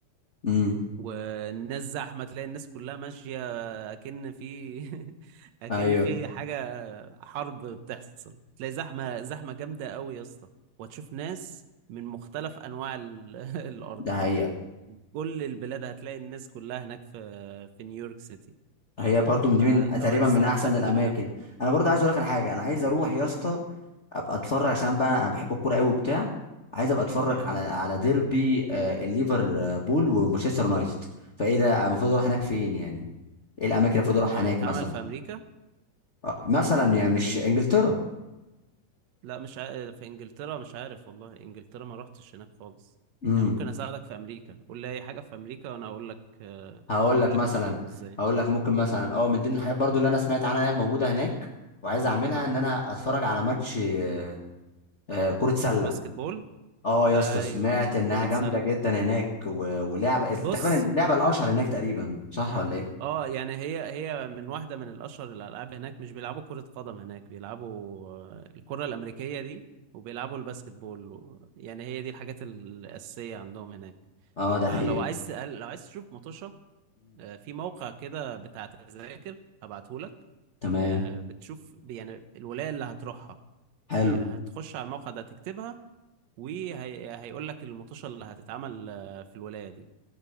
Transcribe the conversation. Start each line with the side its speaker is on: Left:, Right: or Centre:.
Left: امم
Right: والناس زحمة تلاقي الناس كلها ماشية اكن في <laughs> اكن
Left: ايوه
Right: في حاجة حرب بتحصل تلاقي زحمة زحمة جامدة قوي يا اسطى وهتشوف ناس من مختلف انواع ال... <laughs> الارض
Left: ده حقيقه
Right: كل البلاد هتلاقي الناس كلها هناك في في نيويورك سيتي
Left: هي برضو من دي
Right: فلو
Left: من تقريبا
Right: عايز
Left: من
Right: تروح
Left: احسن
Right: هناك
Left: الاماكن
Right: هتبقى جامدة
Left: انا برضو عايز اقول لك على حاجه انا عايز اروح يا اسطى ابقى اتفرج عشان بقى انا أنا بحب الكوره قوي وبتاع عايز ابقى اتفرج
Right: اه
Left: على على ديربي آه، الليفربول ومانشستر يونايتد فايه ده المفروض اروح هناك فين يعني ايه الاماكن اللي المفروض اروح
Right: هو
Left: هناك
Right: هيتعمل
Left: مثلا
Right: في امريكا
Left: آه، مثلا يعني مش انجلترا
Right: لا مش عارف في انجلترا مش عارف والله انجلترا ما رحتش هناك خالص
Left: امم
Right: يعني ممكن اساعدك في امريكا قول لي اي حاجه في امريكا وانا اقول لك آه،
Left: هقول
Right: اقول
Left: لك
Right: لك
Left: مثلا
Right: ان شاء الله ازاي
Left: هقول لك ممكن مثلا اه من ضمن الحاجات برضو اللي انا سمعت عنها انها موجوده هناك وعايز اعملها
Right: اه
Left: ان انا اتفرج على ماتش آه، آه، كرة سلة
Right: باسكت بول
Left: اه يا
Right: ايوه
Left: اسطى سمعت انها
Right: كره
Left: جامده
Right: سله
Left: جدا هناك و- ولعبه
Right: بص
Left: تقريبا اللعبه الاشهر هناك تقريبا صح ولا ايه
Right: اه يعني هي هي من واحده من الاشهر الالعاب هناك مش بيلعبوا كره قدم هناك بيلعبوا آه، الكره الامريكيه دي وبيلعبوا الباسكت بول و- يعني هي دي الحاجات الاساسيه عندهم هناك
Left: اه ده
Right: فلو
Left: حقيقي
Right: عايز تقل... لو عايز تشوف مطوشه آه، في موقع كده بتاع تذاكر هبعتهولك
Left: تمام
Right: آه، بتشوف يعني الولاية اللي هتروحها
Left: حلو
Right: هي هتخش على الموقع ده تكتبها وهيقول لك المطوشة اللي هتتعمل آه، في الولاية دي